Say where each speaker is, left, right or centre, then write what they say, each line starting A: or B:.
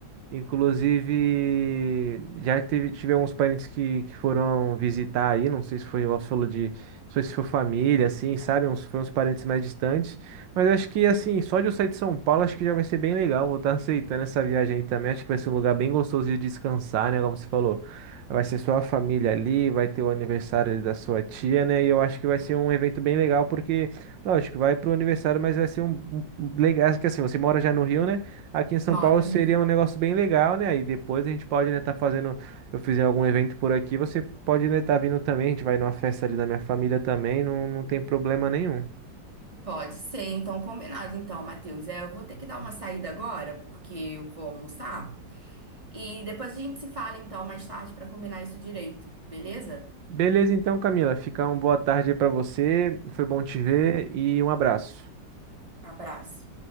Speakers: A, on the right; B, on the right.
A: Inclusive, já teve, tive alguns parentes que, que foram visitar aí, não sei se foi, igual você falou de, não sei se foi família, assim, sabe? Uns, foi uns parentes mais distantes. Mas acho que, assim, só de eu sair de São Paulo, acho que já vai ser bem legal. Vou estar aceitando essa viagem aí também. Acho que vai ser um lugar bem gostoso de descansar, né? Como você falou, vai ser sua família ali, vai ter o aniversário ali da sua tia, né? E eu acho que vai ser um evento bem legal, porque, lógico, vai pro aniversário, mas vai ser um, um um legal, que assim, você mora já no Rio, né? Aqui em São
B: Moro
A: Paulo
B: no
A: seria
B: Rio.
A: um negócio bem legal, né? Aí depois a gente pode, né, tá fazendo, eu fizer algum evento por aqui, você pode, né, tá vindo também, a gente vai numa festa ali da minha família também, não, não tem problema nenhum.
B: Pode ser, então combinado. Então, Matheus, É, eu vou ter que dar uma saída agora, porque eu vou almoçar. E depois a gente se fala, então, mais tarde, para combinar isso direito, beleza?
A: Beleza então, Camila, fica uma boa tarde aí pra você, foi bom te ver e um abraço.
B: Abraço.